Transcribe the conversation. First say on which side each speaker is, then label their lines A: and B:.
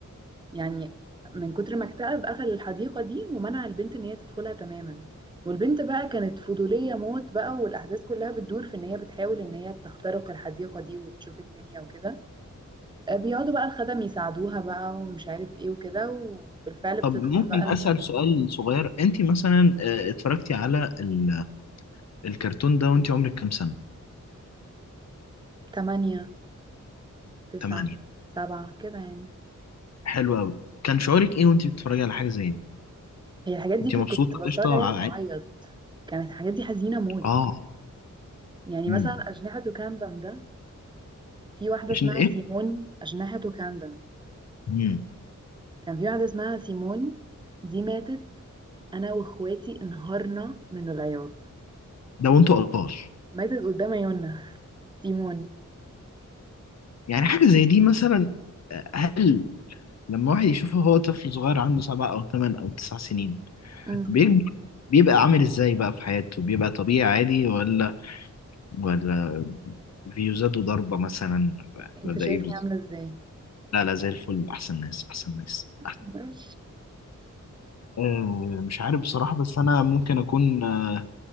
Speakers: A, on the right; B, on the left.
A: يعني من كتر ما اكتئب قفل الحديقه دي ومنع البنت ان هي تدخلها تماما والبنت بقى كانت فضوليه موت بقى والاحداث كلها بتدور في ان هي بتحاول ان هي تخترق الحديقه دي وتشوف الدنيا وكده آه، بيقعدوا بقى الخدم يساعدوها بقى ومش عارف ايه وكده وبالفعل
B: طب
A: بتدخل
B: ممكن
A: بقى
B: أسأل سؤال صغير انت مثلا آه، اتفرجتي على ال... الكرتون ده وانت عمرك كام سنة؟
A: تمانية تسعة
B: 8
A: سبعة كده يعني
B: حلو قوي كان شعورك ايه وانت بتتفرجي على حاجه زي دي
A: هي الحاجات دي
B: كنت مبسوطه
A: كنت بتفرج
B: قشطه
A: عليها
B: على
A: وبعيط
B: عين
A: كانت الحاجات دي حزينة موت
B: اه
A: يعني
B: امم
A: مثلا أجنحة كاندم ده في واحدة
B: عشان
A: اسمها
B: ايه
A: سيمون أجنحة كاندم
B: امم
A: كان في واحدة اسمها سيمون دي ماتت أنا وإخواتي انهارنا من العياط
B: ده وانتوا اطفال
A: ماتت قدام عيوننا <laughs> سيمون
B: يعني حاجه زي دي مثلا آه، هل لما واحد يشوفه هو طفل صغير عنده سبع او ثمان او تسع سنين
A: أمم.
B: بيكبر بيبقى عامل ازاي بقى في حياته بيبقى طبيعي عادي ولا ولا فيوزات وضربه مثلا
A: انت
B: ولا
A: شايفني
B: ايه بالظبط
A: عاملة ازاي
B: لا لا زي الفل احسن ناس احسن ناس أحسن.
A: ماشي
B: آه، مش عارف بصراحة بس أنا ممكن أكون آه،